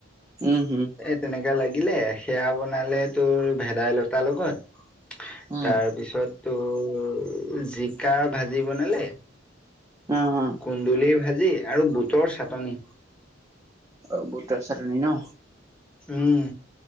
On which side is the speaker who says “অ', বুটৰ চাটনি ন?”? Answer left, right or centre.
Right